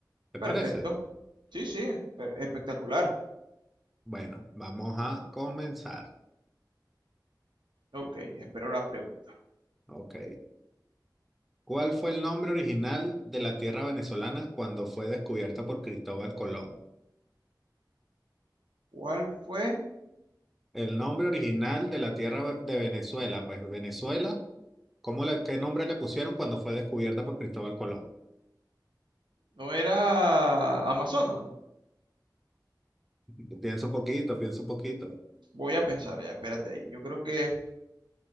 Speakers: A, in the centre; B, on the right.
A: ¿Te
B: Perfecto.
A: parece?
B: Sí, sí, pe- espectacular.
A: Bueno, vamos a comenzar.
B: Ok, espero la pregunta.
A: Ok. ¿Cuál fue el nombre original de la tierra venezolana cuando fue descubierta por Cristóbal Colón?
B: ¿Cuál fue?
A: El nombre original de la tierra ve- de Venezuela, pues Venezuela, ¿cómo le, qué nombre le pusieron cuando fue descubierta por Cristóbal Colón?
B: No era Amazonas.
A: <laughs> Piensa un poquito, piensa un poquito.
B: Voy a pensar, ya, espérate ahí. Yo creo que,